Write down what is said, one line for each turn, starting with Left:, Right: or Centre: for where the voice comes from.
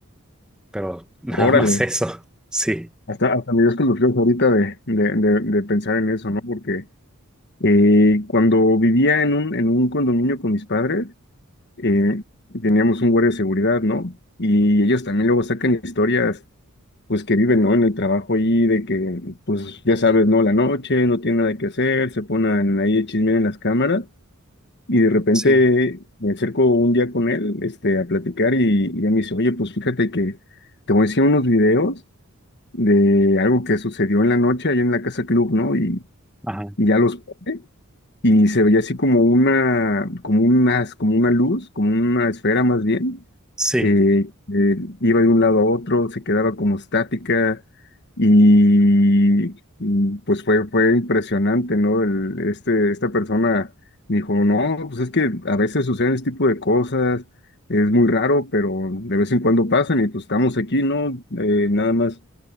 Centre: Pero <laughs> nada
Left: órale.
Centre: más eso. Sí,
Left: Hasta, hasta me dio escalofríos ahorita de, de, de, de pensar en eso, ¿no? Porque eh, cuando vivía en un, en un condominio con mis padres, eh, teníamos un guardia de seguridad, ¿no? Y ellos también luego sacan historias, pues que viven, ¿no? En el trabajo ahí, de que, pues ya sabes, ¿no? La noche, no tiene nada que hacer, se ponen ahí a chismear en las cámaras. Y de repente
Centre: Sí.
Left: me acerco un día con él, este, a platicar y, y ya me dice, oye, pues fíjate que te voy a enseñar unos videos de algo que sucedió en la noche allá en la casa club, ¿no? Y,
Centre: ajá,
Left: y ya los pone, y se veía así como una, como unas, como una luz, como una esfera más bien,
Centre: sí,
Left: eh, eh, iba de un lado a otro, se quedaba como estática y, y, pues fue, fue impresionante, ¿no? El- este, esta persona me dijo, no, pues es que a veces suceden este tipo de cosas, es muy raro, pero de vez en cuando pasan y pues estamos aquí, ¿no? Eh, nada más